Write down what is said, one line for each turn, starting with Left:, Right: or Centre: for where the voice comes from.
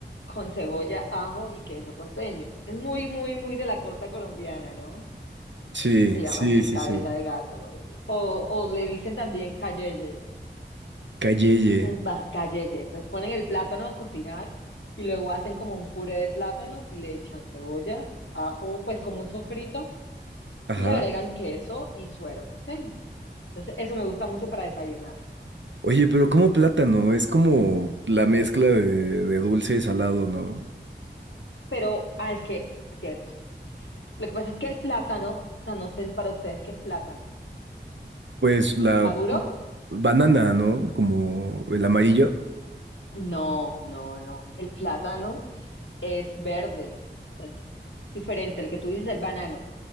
Left: con cebolla, ajo y queso costeño. Es muy, muy, muy de la costa colombiana, ¿no?
Right: Sí,
Left: Se llama
Right: sí,
Left: así,
Right: sí,
Left: cabeza
Right: sí.
Left: de gato. es- O, o le dicen también cayeye.
Right: Calleye.
Left: Entonces va cayeye. Entonces ponen el plátano a cocinar y luego hacen como un puré de plátano y le echan cebolla, ajo, pues como un sofrito
Right: Ajá.
Left: y le agregan queso y suero costeño. Entonces eso me gusta mucho para desayunar.
Right: Oye, pero cómo plátano, es como la mezcla de, de dulce y salado, ¿no?
Left: Pero, ah, es que, cierto. Lo que pasa es que el plátano, ah, no sé para ustedes qué es plátano.
Right: Pues la
Left: ¿Maduro?
Right: banana, ¿no? Como el amarillo.
Left: No, no, no. El plátano es verde. O sea, es diferente. El que tú dices es el banano.